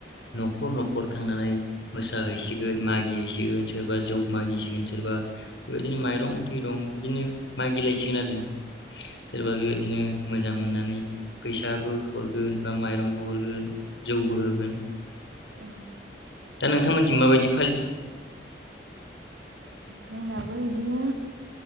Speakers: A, on the left; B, on the right.
A: न'खर न'खर थांनानै मोसाहैसिगोन मागिहैसिगोन सोरबा जौ मागिसिगोन सोरबा बेबायदिनो माइरं थरं बिदिनो मागिलायसिगोन आरो। सोरबा बेबायदिनो। मोजां मोननानै फैसाबो हरगोन बा माइरं। हरो जौबो होगोन।
B: ओं
A: दा नोंथांमोननिथिं माबायदि फालियो।
B: जोंनाबो बिदिनो